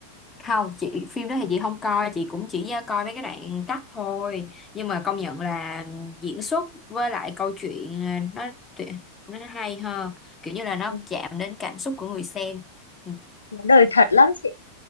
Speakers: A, on the left (about 15°); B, on the left (about 75°).
A: không chị phim đó thì chị không coi chị cũng chỉ ờ, coi mấy cái đoạn cắt thôi nhưng mà công nhận là diễn xuất với lại câu chuyện ờ, nó tuyệt- nó hay hơn kiểu như là nó
B: Ừ,
A: chạm đến cảm xúc của người xem ừ.
B: nó đời thật lắm chị